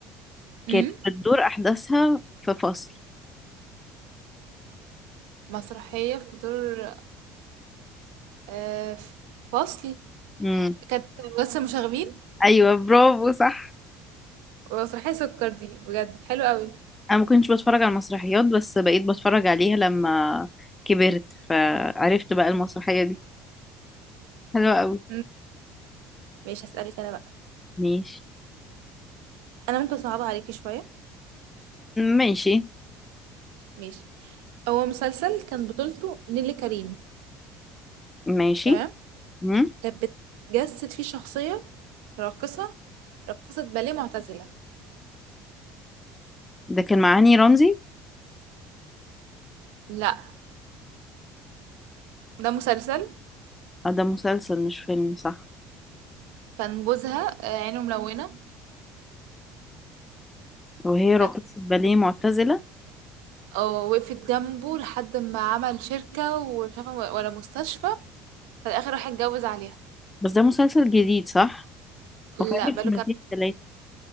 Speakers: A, on the left; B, on the right.
A: كانت
B: امم
A: بتدور احداثها في فصل
B: مسرحية في دور آه، في فصلي
A: امم
B: كانت بس مشاغبين
A: ايوه برافو صح
B: ومسرحية سكر دي بجد حلو قوي
A: انا ما كنتش بتفرج على المسرحيات بس بقيت بتفرج عليها لما كبرت فعرفت بقى المسرحية دي حلوة قوي
B: مم. ماشي هسألك انا بقى
A: ماشي
B: انا ممكن اصعبها عليكي شوية
A: ماشي
B: ماشي هو مسلسل كان بطولته نيللي كريم
A: ماشي
B: تمام
A: مم.
B: كانت بتجسد فيه شخصية راقصة راقصة باليه معتزلة
A: ده كان مع هاني رمزي
B: لا ده مسلسل
A: آه، ده مسلسل مش فيلم صح
B: كان جوزها آه، عينه ملونة
A: وهي راقصة
B: كانت
A: باليه معتزلة
B: آه، وقفت جنبه لحد ما عمل شركة ومش عارفة ولا مستشفى في الآخر راح اتجوز عليها
A: بس ده مسلسل جديد صح وفاتك
B: لا بقاله
A: سنتين تلاتة